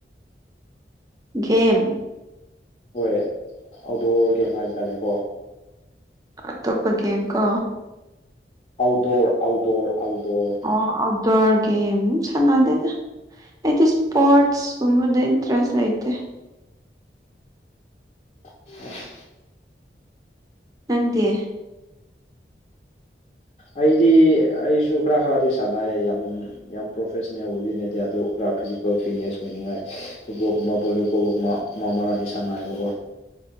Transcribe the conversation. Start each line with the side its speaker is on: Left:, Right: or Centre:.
Right: ꯒꯦꯝ
Left: ꯍꯣꯏ ꯑꯥꯎꯠꯗꯣꯔ ꯒꯦꯝ ꯍꯥꯏꯕ ꯇꯥꯔꯦꯀꯣ
Right: ꯑꯇꯣꯞꯄ ꯒꯦꯝ ꯀꯣ
Left: ꯑꯥꯎꯠꯗꯣꯔ ꯑꯥꯎꯠꯗꯣꯔ ꯑꯥꯎꯠꯗꯣꯔ
Right: ꯑꯣ ꯑꯥꯎꯠꯗꯣꯔ ꯒꯦꯝ ꯁꯥꯅꯗꯦꯗ ꯑꯩꯗꯤ ꯁ꯭ꯄꯣꯔꯠꯁ ꯒꯨꯝꯕꯗ ꯏꯟꯇ꯭ꯔꯦꯁ ꯂꯩꯇꯦ
Left: <unintelligible>
Right: ꯅꯪꯗꯤ
Left: ꯑꯩꯗꯤ ꯑꯩꯁꯨ ꯈꯔ ꯈꯔꯗꯤ ꯁꯥꯟꯅꯩ ꯌꯥꯝ ꯌꯥꯝ ꯄ꯭ꯔꯣꯐꯦꯁꯅꯦꯜ ꯑꯣꯏꯕꯗꯤ ꯅꯠꯇꯦ ꯑꯗꯨ ꯈꯔ ꯐꯤꯖꯤꯀꯦꯜ ꯐꯤꯠꯅꯦꯁ ꯑꯣꯏꯅꯤꯡꯉꯥꯏ ꯐꯨꯠꯕꯣꯜꯒꯨꯝꯕ ꯕꯣꯂꯤꯒꯣꯜꯒꯨꯝꯕ ꯃꯥ ꯃꯔꯛꯗꯤ ꯁꯥꯟꯅꯩꯕꯒꯣ